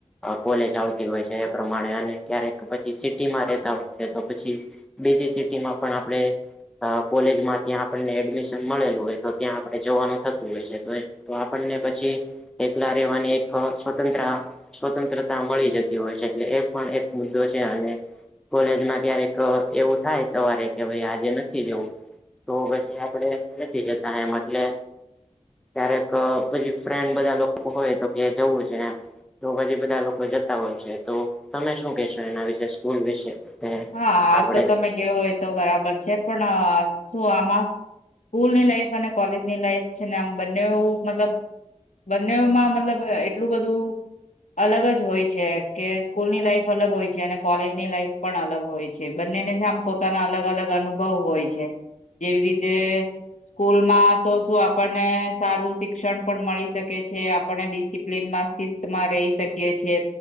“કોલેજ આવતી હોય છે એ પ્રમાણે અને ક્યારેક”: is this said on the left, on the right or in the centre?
Centre